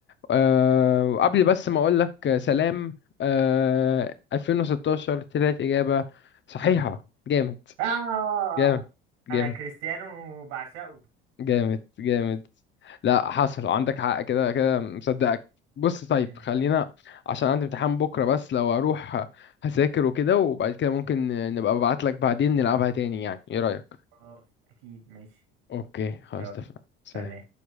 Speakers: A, on the left (about 40°); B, on the right (about 70°).
A: أه وقبل بس ما اقول لك سلام أه 2016 طلعت اجابه صحيحه جامد
B: آه
A: جامد جامد
B: انا كريستيانو وبعشقه
A: جامد جامد
B: ماشي
A: لا حصل عندك حق كده كده مصدقك بص طيب
B: <laughs>
A: خلينا عشان عندي امتحان بكرة بس لو اروح هذاكر وكده وبعد كده ممكن نبقى ابعت لك بعدين نلعبها تاني يعني ايه رأيك
B: خلاص اكيد ماشي
A: اوكي خلاص
B: يلا
A: اتفقنا سلام
B: سلام